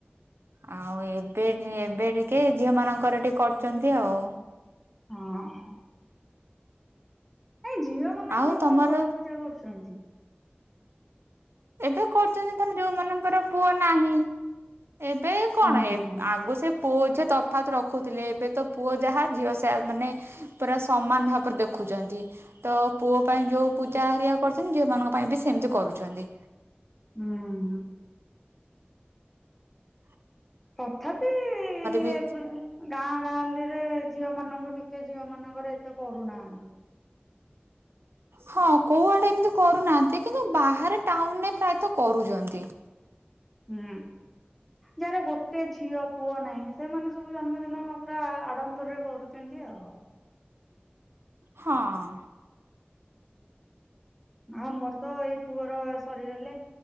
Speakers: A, on the right; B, in the centre.
A: ଆଉ ଏବେ ଏବେ ଟିକେ ଝିଅ ମାନଙ୍କର ଟିକେ କରୁଛନ୍ତି ଆଉ
B: ହଁ। ଏଇ ଝିଅ ମାନଙ୍କର
A: ଆଉ ତମର
B: କଣ ଷୋଳପୂଜା କରୁଛନ୍ତି?
A: ଏବେ କରୁଛନ୍ତି ଧର ଯୋଉମାନଙ୍କର ପୁଅ ନାହିଁ। ଏବେ କଣ
B: ହଁ।
A: ଆଗୁ ସେ ପୁଅ ଝିଅ ତଫାତ ରଖୁଥିଲେ ଏବେ ତ ପୁଅ ଯାହା ଝିଅ ସେ ମାନେ ପୁରା ସମାନ ଭାବରେ ଦେଖୁ ଦେଖୁଛନ୍ତି ତ ପୁଅ ପାଇଁ ଯୋଉ ପୂଜା ହାରିଆ କରୁଛନ୍ତି ଝିଅମାନଙ୍କ ପାଇଁ ବି ସେମିତି କରୁଛନ୍ତି।
B: ହୁଁ।
A: ହ
B: ତଥାପି
A: ବି
B: ଏବେ ଗାଁ ଗାଁଉଲିରେ ଝିଅ ମାନଙ୍କୁ ଟିକେ ଝିଅ ମାନଙ୍କର ଏତେ କରୁନାହାନ୍ତି।
A: ହଁ କୋଉଆଡେ ଏମିତି କରୁନାହାନ୍ତି କିନ୍ତୁ ବାହାରେ ଟାଉନରେ ପ୍ରାୟତଃ କରୁଛନ୍ତି।
B: ହୁଁ। ଯାହାର ଗୋଟେ ଝିଅ ପୁଅ ନାହିଁ ସେମାନେ ସବୁ ଜନ୍ମଦିନ ପୁରା ଆଡମ୍ବରରେ କରୁ ଛନ୍ତି ଆଉ
A: ହଁ।
B: ଆମର ତ ଏଇ ପୁଅର ସରିଗଲେ।